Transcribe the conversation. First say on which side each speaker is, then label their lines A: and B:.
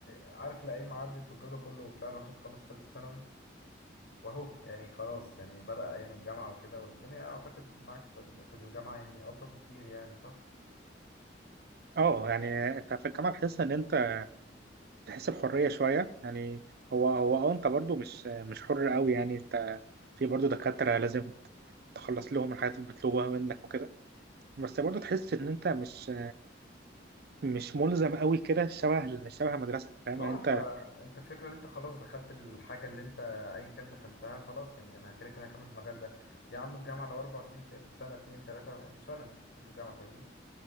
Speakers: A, on the left; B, on the right.
A: عارف الايام عدت والجو ده كله وبتاع الواحد خلص تالتة ثانوي واهو يعني خلاص يعني بدأ ايام الجامعة وكده والدنيا اعتقد معاك في في الجامعة يعني الطف كتير يعني صح؟
B: اه يعني انت في الجامعه تحس ان انت تحس بحريه شويه يعني هو هو اه انت برضو مش مش حر قوي يعني انت في برضو دكاتره لازم تخلص لهم الحاجات المطلوبه منك وكده بس برضو تحس ان انت مش مش ملزم قوي كده شبه شبه المدرسه فاهم
A: ما
B: يعني
A: هو
B: انت
A: انت انت الفكرة اللي انت خلاص دخلت الحاجة اللي انت ايا كان دخلتها خلاص يعني انا كده كده هكمل في المجال ده يا عم الجامعة لو اربع سنين ست سنة اتنين تلاتة مش فارقة انت كده كده في الجامعة فاهمني؟